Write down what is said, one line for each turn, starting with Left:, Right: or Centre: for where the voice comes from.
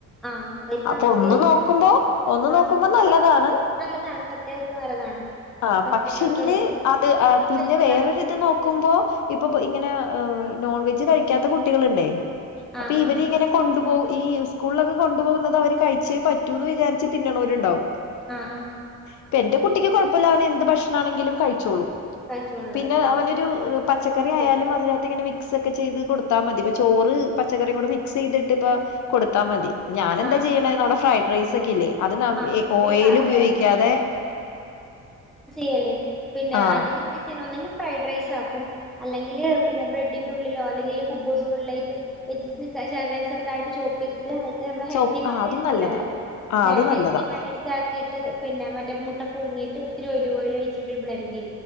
Centre: ആ ഇവർക്ക്
Left: അപ്പോ
Centre: അങ്ങനെയില്ല
Left: ഒന്ന് നോക്കുമ്പോ ഒന്ന്
Centre: ആ
Left: നോക്കുമ്പോ നല്ല താണ്
Centre: നല്ലതാണ് സത്യായിട്ടും നല്ലതാണ്
Left: പ
Centre: പക്ഷേ
Left: പക്ഷെങ്കില്
Centre: പിന്നെ
Left: അത് പിന്നെ
Centre: കഴിക്കില്ല
Left: വേറൊരു ഇത് നോക്കുമ്പോ ഇപ്പം പ്പോ ഇങ്ങനെ ഏ നോൺവെജ് കഴിക്കാത്ത കുട്ടികള്ണ്ടേ അപ്പൊ
Centre: ആ ആ
Left: ഇവര്
Centre: ആ
Left: ഇങ്ങനെ കൊണ്ടു പോ ഈ സ്കൂളിലൊക്കെ കൊണ്ടു പോകുന്നത് അവര് കഴിച്ചേ പറ്റൂന്ന് വിചാരിച്ച് തിന്ന്ണോരുണ്ടാവും
Centre: ആ ആ
Left: ഇപ്പ എന്റെ കുട്ടിക്ക് കുഴപ്പല്ല അവനെന്ത് ഭക്ഷണാണെങ്കിലും കഴിച്ചോളും
Centre: കഴിച്ചോളണേ
Left: പിന്നെ
Centre: ഇവിടെ
Left: അവനൊരു
Centre: മോൾക്ക് തീരെ
Left: പച്ചക്കറി
Centre: ഓപ്പോസിറ്റാ
Left: ആയാലും അതിനകത്ത് ഇങ്ങനെ മിക്സ് ഒക്കെ ചെയ്ത് കൊടുത്താമതി ഇപ്പം ചോറ് പച്ചക്കറിക്കൂടെ മിക്സ് ചെയ്തിട്ട് ഇപ്പം കൊടുത്താമതി ഞാനെന്താ
Centre: ആ ആ
Left: ചെയ്യണേ ന്നടെ ഫ്രൈഡ്റൈസ് സക്കിലേ അത് നം
Centre: ആ ഫ്രൈഡ്‌റൈസ്
Left: ഏ ഓയേ
Centre: അത്
Left: ഉപയോഗിക്കാതെ
Centre: കഴിക്കും. യലേ പിന്നെ
Left: ആ
Centre: അധികം എന്ത് ഒന്നെങ്കി ഫ്രൈഡ്റൈസ് ആക്കും അല്ലെങ്കില് പിന്നെ ബ്രെഡിന്റെ ഉള്ളിലോ അല്ലെങ്കില് കുബ്ബൂസിൻ്റെ ഉള്ളിലായിട്ട് വെജ്ജീസ് ചെറുതായി ചെറുതായിട്ട് ചോപ്പ് ചെയ്തി ഹെൽത്ത് മ്മളെ ഹെൽത്തി
Left: ചോ
Centre: മയോണൈസ്ണ്ടല്ലോ
Left: ആ അത് നല്ലതാ ആ അത്
Centre: വെ
Left: നല്ലതാ
Centre: മനാക്കിയിട്ട് പിന്നെ മറ്റേ മുൂട്ട പുഴുങ്ങിട്ട് ഒത്തിരി ഒല കോല ്ലി